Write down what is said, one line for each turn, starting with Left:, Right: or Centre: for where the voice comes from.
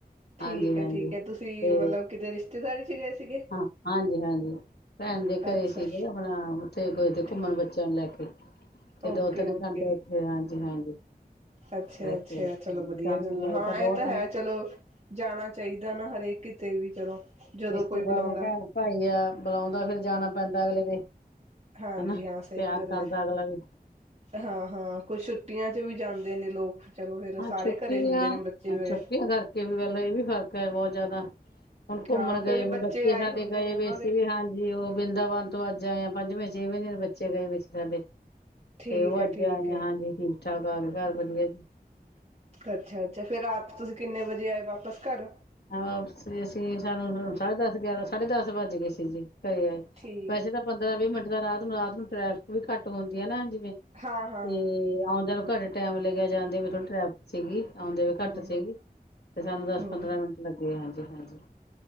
Left: ਹਾਂਜੀ
Right: ਠੀਕ ਹੈ।
Left: ਹਾਂਜੀ
Right: ਠੀਕ ਹੈ। ਤੁਸੀਂ
Left: ਤੇ
Right: ਮਤਲਬ ਕਿਤੇ ਰਿਸ਼ਤੇਦਾਰੀ ਚ ਗਏ ਸੀਗੇ
Left: ਹਾਂ, ਹਾਂਜੀ -ਹਾਂਜੀ ਭੈਣ ਦੇ ਘਰੇ
Right: ਅੱਛਾ
Left: ਸੀਗੇ, ਆਪਣਾ ਉੱਥੇ ਦੇ
Right: ਠੀਕ
Left: ਘੁੰਮਣ ਬੱਚਿਆਂ ਨੂੰ ਲੈ ਕੇ। ਤੇ
Right: ਓਕੇ।
Left: ਦੋ ਤਿੰਨ
Right: ਓਕੇ।
Left: ਘੰਟੇ ਉੱਥੇ ਹਾਂਜੀ ਹਾਂਜੀ
Right: ਅੱਛਾ-ਅੱਛਾ
Left: ਰੱਖਿਆ ਹਾਂਜੀ
Right: ਚਲੋ ਵਧੀਆ
Left: ਸ਼ਾਮੀ
Right: ਗੱਲ
Left: ਆਏ
Right: ਹਾਂ,
Left: ਬਹੁਤ
Right: ਇਹ ਤਾਂ ਹੈ, ਚਲੋ ਜਾਣਾ ਚਾਹੀਦਾ ਨਾ ਹਰੇਕ ਕਿਤੇ ਵੀ ਚਲੋ, ਜਦੋਂ ਕੋਈ
Left: ਰਿਸ਼ਤੇਦਾਰ
Right: ਬੁਲਾਉਂਦਾ
Left: ਭੈਣ ਭਾਈ ਆ, ਬੁਲਾਉਂਦਾ ਫਿਰ ਜਾਣਾ ਪੈਂਦਾ ਅਗਲੇ ਦੇ।
Right: ਹਾਂਜੀ।
Left: ਹਨਾ
Right: ਹਾਂ ਸਹੀ
Left: ਪਿਆਰ
Right: ਗੱਲ
Left: ਕਰਦਾ
Right: ਹੈ,
Left: ਅਗਲਾ ਵੀ
Right: ਹਾਂ- ਹਾਂ ਕੋਈ ਛੁੱਟੀਆਂ'ਚ ਵੀ ਜਾਂਦੇ‌। ਨੇ ਲੋਕ। ਚਲੋ ਫੇਰ
Left: ਹਾਂ,
Right: ਸਾਰੇ
Left: ਛੁੱਟੀਆਂ-
Right: ਘਰੇ ਹੁੰਦੇ ਨੇ ਬੱਚੇ ਵਗੈਰਾ।
Left: ਛੁੱਟੀਆਂ ਕਰਕੇ ਵੀ ਗਲ ਇਹ ਵੀ ਫਰਕ ਹੈ, ਬਹੁਤ ਜ਼ਿਆਦਾ। ਹੁਣ ਘੁੰਮਣ
Right: ਹਾਂ ਉਹ
Left: ਗਏ
Right: ਕਿਉਂਕਿ
Left: ਵੀ, ਬੱਚੇ
Right: ਆਏ
Left: ਸਾਡੇ
Right: ਹੁੰਦੇ
Left: ਗਏ
Right: ਨੇ ਉਹਨਾਂ
Left: ਵੇ
Right: ਦੇ
Left: ਸੀ ਵੀ, ਹਾਂਜੀ। ਉਹ ਬ੍ਰਿੰਦਾਵਨ ਤੋਂ ਅੱਜ ਆ ਪੰਜਵੇਂ -ਛੇਵੇਂ ਦਿਨ ਬੱ ਬੱਚੇ ਗਏ ਵਿੱਚ ਸਾਡੇ ਤੇ,
Right: ਠੀਕ
Left: ਉਹ
Right: ਹੈ
Left: ਅੱਜ
Right: ਠੀਕ
Left: ਆਏ
Right: ਹੈ।
Left: ਆ ਹਾਂਜੀ ਠੀਕ -ਠਾਕ ਆ ਕੇ ਘਰ ਵਧੀਆ ਜੀ।
Right: ਅੱਛਾ- ਅੱਛਾ ਫੇਰ, ਰਾਤ ਤੁਸੀਂ ਕਿੰਨੇ ਵਜੇ ਆਏ ਵਾਪਸ ਘਰ?
Left: ਵਾਪਸੀ ਅਸੀਂ ਸਾਨੂੰ ਸਾਢੇ ਦਸ ਗਿਆਰਾਂ ਸਾਢੇ ਦਸ ਵੱਜ ਗਏ ਸੀ ਜੀ। ਕਰ ਆਏ
Right: ਠੀਕ
Left: ਵੈਸੇ ਤਾਂ ਪੰਦਰਾਂ ਵੀਹ ਮਿੰਟ ਦਾ ਰਾਹ ਰਾਤ ਨੂੰ ਟ੍ਰੈਫਿਕ ਵੀ ਘੱਟ ਹੁੰਦੀ ਆ ਨਾ ਹਾਂਜੀ ।
Right: ਹਾਂ-ਹਾਂ,
Left: ਤੇ ਆਉਂਦੇ ਨੂੰ ਘਰੇ ਟੈਮ ਲੱਗਿਆ ਜਾਂਦੇ ਹੋਏ ਥੋੜੀ ਟ੍ਰੈਫਿਕ ਸੀਗੀ। ਆਉਂਦੇ ਵੀ
Right: ਹੂੰ-ਹੂੰ,
Left: ਘੱਟ ਸੀਗੀ ਤੇ ਸਾਨੂੰ ਦਸ
Right: ਹੂੰ-ਹੂੰ।
Left: ਪੰਦਰਾਂ ਮਿੰਟ ਤੇ ਹਾਂਜੀ ਹਾਂਜੀ